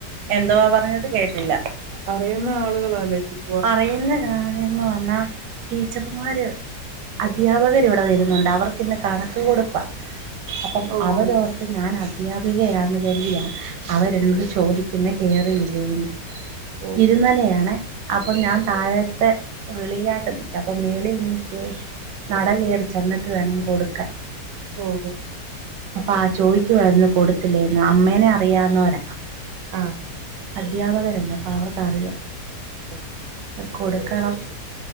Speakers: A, on the right (about 85°); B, on the right (about 70°).
A: എന്തുവാ പറഞ്ഞത് കേട്ടില്ല
B: അറിയുന്ന ആളുകളാല്ലേ ചു
A: അറിയുന്ന കാര്യന്ന് പറഞ്ഞാൽ ടീച്ചർമാര് അദ്ധ്യാപകർ ഇവിടെ വരുന്നുണ്ട് അവർക്കിന്ന് കണക്ക് കൊടുപ്പാ അപ്പം
B: ഓഹ്
A: അവരോർത്ത് ഞാൻ അധ്യാപികയാന്ന് കരുതിയ അവരെന്നോട് ചോദിക്കുന്ന കേയറിയില്ലെയെന്ന്
B: ഓഹ്
A: ഇരുനിലയാണെ അപ്പൊ ഞാൻ താഴത്തെ വെളിയിലായിട്ട് നിക്യാ അപ്പൊ മേളിനിന്നിട്ട് നട കയറി ചെന്നിട്ട് വേണം കൊടുക്കാൻ
B: ഓ ഓഹോ
A: അപ്പ ആഹ് ചോദിക്കുവായിരുന്നു കൊടുത്തില്ലേന്ന് അമ്മേനെ അറിയാന്നോരാ
B: ആഹ്
A: അധ്യാപകരല്ലെ അപ്പോ അവർക്കറിയാം
B: <inaudible>
A: കൊടുക്കണം